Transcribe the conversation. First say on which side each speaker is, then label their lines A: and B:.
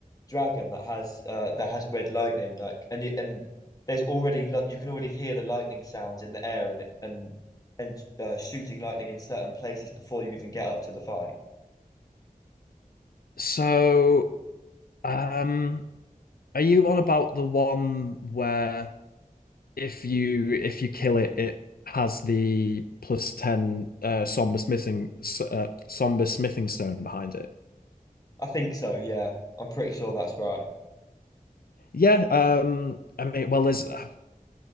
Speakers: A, on the left; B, on the left.
A: dragon that has uh that has red lightning like and it, and there's already li- you can already hear the lightning sounds in the air and and and uh, shooting lightning in certain places before you even get up to the fight.
B: So, um, are you on about the one where if you if you kill it, it has the plus ten uh, somber smithing uh, somber smithing stone behind it?
A: I think so, yeah. I'm pretty sure that's right.
B: Yeah. Um. I mean, well, there's uh,